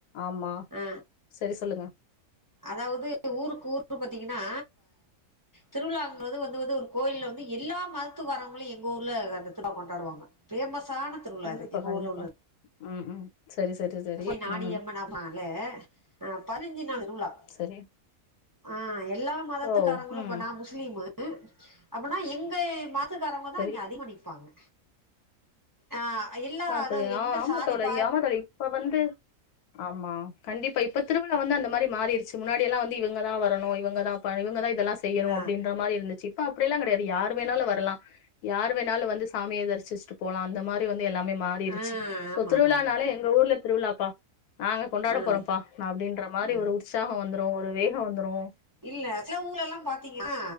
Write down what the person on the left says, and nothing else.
ஆமா
சரி சொல்லுங்க
கண்டிப்பா
கண்டிப்பா
ம் ம் சரி சரி சரி
ம்
சரி
ஓ ம்
சரி
ஆ அப்ப
ஆமா
தோழி
ஆமா தோழி இப்ப வந்து ஆமா கண்டிப்பா இப்ப இப்ப திருவிழா வந்து அந்த மாரி மாறிடுச்சு முன்னாடி எல்லா வந்து இவங்க தா வரும் இவங்க தா இவங்க தான் எல்லா செய்யணும்
அப்டின்ற மாரி இருந்துச்சி இப்ப அப்டியெல்லாம் கிடையாது யார் வேணாலும் வரலாம் யார் வேணாலும் வந்து சாமிய தரிசிச்சுட்டு போலாம் அந்த மாரி வந்து எல்லா மாறிடுச்சு
திருவிழா
நாளே எங்க ஊர்ல திருவிழா பா நாங்க கொண்டாட
போறோம்பா அப்டின்ற மாரி
ஒரு உற்சாகம் வந்து ஒரு வேகம் வந்துரும்